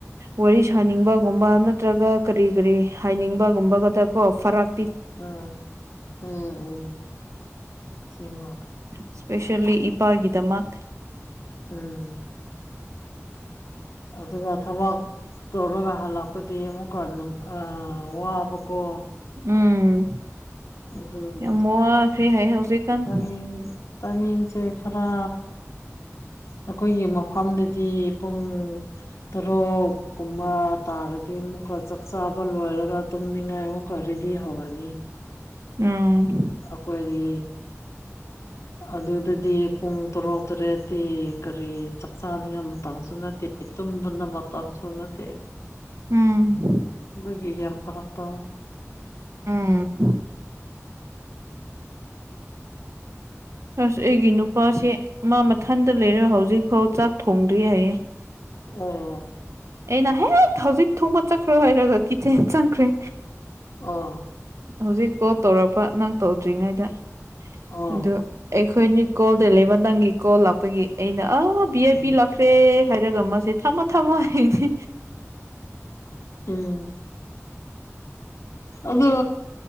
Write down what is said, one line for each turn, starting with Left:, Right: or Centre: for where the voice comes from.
Right: ꯋꯥꯔꯤ ꯁꯥꯅꯤꯡꯕꯒꯨꯝꯕ ꯅꯠꯇ꯭ꯔꯒ ꯀꯔꯤ ꯀꯔꯤ ꯍꯥꯏꯅꯤꯡꯕꯒꯨꯝꯕꯒꯗꯀꯣ ꯐꯔꯛ
Left: ꯎꯝ ꯎꯝ ꯎꯝ ꯆꯨꯝꯃꯦ
Right: ꯏꯁꯄꯦꯁꯜꯂꯤ ꯏꯄꯥꯒꯤꯗꯃꯛ
Left: ꯎꯝ ꯑꯗꯨꯒ ꯊꯕꯛ ꯇꯧꯔꯒ ꯍꯜꯂꯛꯄꯗꯤ ꯑꯃꯨꯛꯀ ꯑꯥ ꯋꯥ ꯕꯀꯣ
Right: ꯎꯝ
Left: ꯑꯗꯨꯒꯤ
Right: ꯌꯥꯝ ꯋꯥꯈꯔꯦ ꯍꯥꯏ ꯍꯧꯖꯤꯛꯀꯥꯟ
Left: ꯇꯥꯏꯃꯤꯡ ꯇꯥꯏꯃꯤꯡꯁꯦ ꯈꯔ ꯑꯩꯈꯣꯏꯒꯤ ꯃꯐꯝꯗꯨꯗꯤ ꯄꯨꯡ ꯇꯔꯨꯛ ꯀꯨꯝꯕ ꯇꯥꯔꯗꯤ ꯑꯃꯨꯛꯀ ꯆꯥꯛꯆꯥꯥꯕ ꯂꯣꯏꯔꯒ ꯇꯨꯝꯅꯤꯡꯉꯥꯏ ꯑꯃꯨꯛꯀ ꯔꯦꯗꯤ ꯍꯧꯔꯅꯤ
Right: ꯎꯝ
Left: ꯑꯩꯈꯣꯏꯒꯤ ꯑꯗꯨꯗꯗꯤ ꯄꯨꯡ ꯇꯔꯨꯛ ꯇꯨꯔꯦꯗꯤ ꯀꯔꯤ ꯆꯥꯛ ꯆꯥꯅꯤꯡꯉ ꯃꯇꯝꯁꯨ ꯅꯠ ꯇꯦ ꯊꯨꯝꯕꯅ ꯃꯇꯝꯁꯨ ꯅꯠꯇꯦ
Right: ꯎꯝ
Left: ꯑꯗꯨꯒꯤ ꯌꯥꯝ ꯌꯥꯝ ꯐꯔꯛꯇ
Right: ꯎꯝ ꯑꯁ ꯑꯩꯒꯤ ꯅꯨꯄꯥꯁꯦ ꯃꯥ ꯃꯊꯟꯇ ꯂꯩꯔꯒ ꯍꯧꯖꯤꯛꯐꯥꯎ ꯆꯥꯛ ꯊꯣꯡꯗ꯭ꯔꯤ ꯍꯥꯏꯌꯦ
Left: ꯑꯣ
Right: ꯑꯩꯅ ꯍꯦꯛ ꯍꯧꯖꯤꯛ ꯊꯨꯕ ꯆꯠꯈ꯭ꯔꯣ ꯍꯥꯏꯔꯒ ꯀꯤꯆꯦꯟ ꯆꯪꯈ꯭ꯔꯦ
Left: ꯑ
Right: ꯍꯧꯖꯤꯛ ꯀꯣꯜ ꯇꯧꯔꯛꯄ ꯅꯪ ꯇꯧꯗ꯭ꯔꯤꯉꯩꯗ
Left: ꯑꯣ
Right: ꯑꯗꯨ ꯑꯩꯈꯣꯏꯅꯤ ꯀꯣꯜꯗ ꯂꯩꯕ ꯅꯪꯒꯤ ꯀꯣꯜ ꯂꯥꯛꯄꯒꯤ ꯑꯩꯅ ꯑ ꯄꯤ
Left: ꯎꯝ
Right: ꯑꯦ ꯄꯤ ꯂꯥꯛꯈ꯭ꯔꯦ ꯍꯥꯏꯔꯒ ꯃꯥꯁꯦ ꯊꯝꯃꯣ ꯊꯝꯃꯣ ꯑꯩꯗꯤ
Left: ꯎꯝ ꯑꯗꯨ